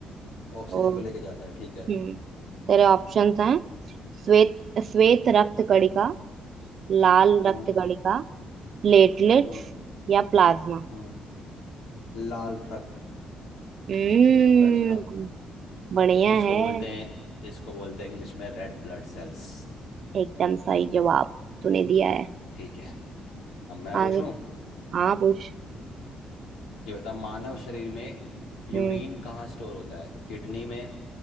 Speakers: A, on the left; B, on the right.
A: ऑक्सीजन
B: तो
A: को लेके जाता है ठीक है
B: हम्म तेरे ऑप्शंस हैं श्वेत श्वेत रक्त कणिका लाल
A: हम्म
B: रक्त कणिका प्लेटलेट्स
A: हम्म
B: या प्लाज्मा
A: हम्म लाल रक्त
B: हम्म
A: कणिका
B: बढ़िया
A: जिसको
B: है
A: बोलते हैं जिसको बोलते हैं इंग्लिश में रेड ब्लड सेल्स
B: एकदम सही जवाब तूने दिया है
A: ठीक है अब मैं पूछूं
B: आगे हाँ पूछ
A: ये बता मानव शरीर में यूरिन
B: हम्म
A: कहाँ स्टोर होता है किडनी में